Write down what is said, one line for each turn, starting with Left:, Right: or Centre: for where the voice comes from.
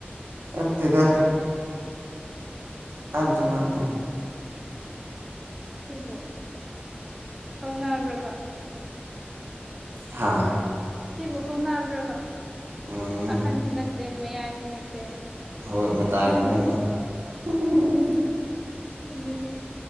Right: ꯅꯠꯇꯦꯗ ꯑꯍꯟꯁꯨ ꯅꯠꯇꯦ꯫
Centre: ꯁꯤꯕꯣ ꯍꯧꯅꯥꯕ꯭ꯔꯕ꯫
Right: ꯍꯥꯥ꯫
Centre: ꯁꯤꯕꯨ ꯍꯧꯅꯥꯕ꯭ꯔꯕ
Right: ꯎꯝ
Centre: ꯑꯍꯟꯁꯨ ꯅꯠꯇꯦ ꯃꯌꯥꯏꯁꯨ ꯅꯠꯇꯦ꯫
Right: ꯍꯣꯏ ꯃꯇꯥꯏꯗꯅꯦꯕ꯫
Centre: ꯍꯣꯝ
Right: <unintelligible>
Centre: ꯑꯗꯨꯗꯤ